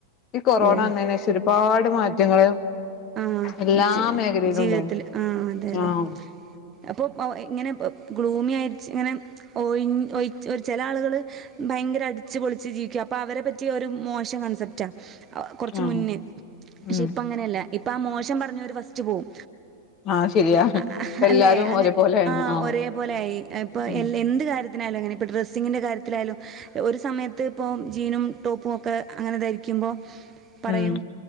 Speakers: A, on the left; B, on the right.
A: ഈ കൊറോണ
B: ഓ
A: വന്നതിന് ശേഷം ഒരുപാട് മാറ്റങ്ങള്
B: ആഹ്
A: എല്ലാ
B: ശ
A: മേഖലയിലും
B: ജീവിതത്തില്
A: ഉണ്ടായിന്
B: ആ അതെ അതെ
A: ആഹ്
B: അപ്പൊ ഇങ്ങനെ ഗ്ലൂമിയായി ഇങ്ങനെ ഒയി ഒയിച്ച് ചെല ആളുകള് ഭയങ്കര അടിച്ചുപൊളിച്ച് ജീവിക്കുവാ അപ്പോ അവരെപ്പറ്റി ഒരു മോശം കൺസെപ്റ്റാ കുറച്ച്
A: ആഹ്
B: മുന്നേ പക്ഷെ
A: ഉം
B: ഇപ്പ അങ്ങനെയല്ല ഇപ്പ ആ മോശം പറഞ്ഞവര് ഫസ്റ്റ് പോവും.
A: ആഹ് ശരിയാ
B: അ
A: ഇപ്പ എല്ലാരും
B: അല്ലേ അങ്ങനെ
A: ഒരുപോലെയാണ്
B: ആ
A: ആഹ്
B: ഒരേ പോലെ ആയി ഇപ്പൊ
A: ഉം
B: എ എന്ത് കാര്യ ത്തിനായാലും അങ്ങനെ ഇപ്പോൾ ഡ്രസ്സിങ്ങിന്റെ കാര്യത്തിൽ ആയാലും ഒരു സമയത്ത് ഇപ്പോൾ ജീനും ടോപ്പും ഒക്കെ അങ്ങനെ ധരിക്കു മ്പോ പറയും
A: ഉം